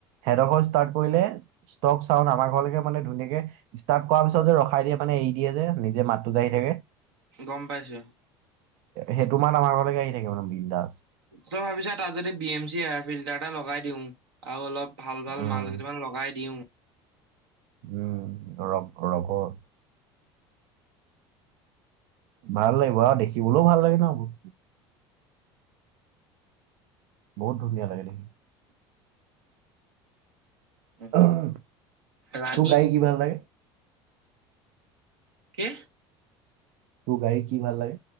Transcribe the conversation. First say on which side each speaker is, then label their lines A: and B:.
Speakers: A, on the right; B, on the right.
A: সেডোখৰ ষ্টাৰ্ট কৰিলে ষ্টক চাউন আমাৰ ঘৰলৈকে মানে ধুনীয় ষ্টাৰ্ট কৰাৰ পিছত যে ৰখাই দিয়ে মানে এৰি দিয়ে যে নিজে মাতো যায়ি থাকে।
B: গম পাইছো।
A: সেইটো মান আমাৰ ঘৰলৈকে আহি থাকে মানে বিন্দাছ।
B: তই ভাবিছা তাত যদি বি এম এয়াৰ ফিল্টাৰ এটা লগাই দিওঁ আৰু অলপ ভাল ভাল
A: উম
B: মাল কেইটা মান, লগাই দিওঁ।
A: উম, ধৰক ধৰ কৰ ভাল লাগিব আৰু দেখিবলৈও ভাল লাগে ন বস্তু বহুত ধুনীয়া লাগে দেখি
B: উম,
A: তোৰ
B: ৰাণী।
A: গাড়ী কি ভাল লাগে?
B: কি?
A: তোৰ গাড়ী কি ভাল লাগে?